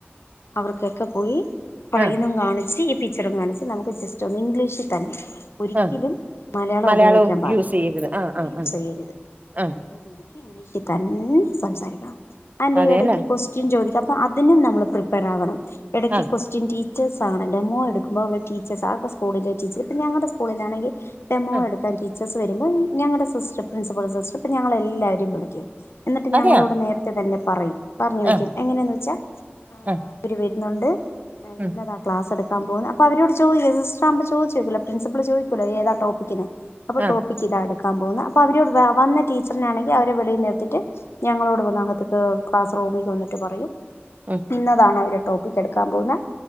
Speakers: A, on the left (about 85°); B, on the right (about 40°).
A: അവർക്കൊക്കെ പോയി ഇപ്പ
B: ആ
A: ഇനം കാണിച് ടീച്ചറും കാണിച്ച് നമുക് ജസ്റ്റ് ഒന്ന് ഇംഗ്ലീഷിൽ തന്നെ ഒരിക്കലും
B: ആ
A: മലയാളം
B: മലയാളവും
A: ഉപയോഗിക്കാൻ പാടി
B: യൂസ് ചെയ്യരുത് ആ
A: ഓ
B: ആ
A: യൂസ്
B: ആ
A: ചെയ്യരുത്
B: ആ
A: നല്ല രീതിക്ക് ഇംഗ്ലീഷിൽ തന്നെ സംസാരിക്കണം അതിറെ
B: അതെല്ലേ
A: ഇടയ്ക്ക് ക്വസ്റ്റ്യൻ ചോദിക്കാം അപ്പ അതിനും നമ്മൾ പ്രിപ്പയർ ആകണം ഇടക്ക്
B: ആ
A: കൊസ്റ്റൻ ടീ <unintelligible> ഡെമോ എടുക്കുമോൾ അവടെ ടീച്ചർസ് ആ സ്കൂളില ടീച്ചർ പിന്ന ഞങ്ങളുടെ സ്കൂളിലാണങ്കി ഡെമോ
B: ആ
A: എടുക്കാൻ ടീച്ചേഴ്സ് വരുമ്പോൾ ഞങ്ങടെ സിസ്റ്റം പ്രിൻസിപ്പൾ സിസ്റ്റം ഞങ്ങളെല്ലാവരും വിളിക്കും- എന്നിട്ട് ഞങ്ങളോട്
B: അതെയാ
A: നേരത്തെ തന്നെ പറയും പറഞ്ഞു വെക്കും
B: ആ
A: എങ്ങനെയന്ന് വെച്ചാൽ
B: ആ
A: ഒരു വരുന്നുണ്ട്
B: ഉം
A: ഇന്നതാ ക്ലാസ്സ്‌ട് അപ്പൊ അവരോട് ചോദിക്ക് <unintelligible> പ്രിൻസിപ്പൾ ചോദിക്കല്ലോ നീ ഏത ടോപ്പിന് അപ്പൊ
B: ആ
A: ടോപ്പിക്ക് ഇതാ എടുക്കാൻ പോകുന്ന അപ്പൊ അവരോട് വന്ന ടീച്ചറിനാണെങ്കിൽ അവരെ വെളി നിർത്തിട്ട് ഞങ്ങളോട് വന്ന അകത്തേക്ക് ക്ലാസ് റൂമിലക്ക് വന്നിട്ട് പറയും
B: ഉം
A: ഇന്നതാണ് അവര് ടോപ്പിക്ക് എടുക്കാൻ പോകുന്നത്